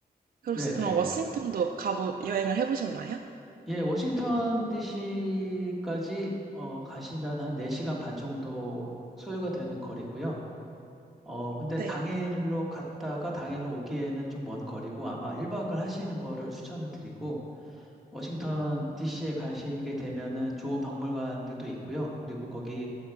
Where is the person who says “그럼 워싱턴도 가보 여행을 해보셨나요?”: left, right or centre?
Right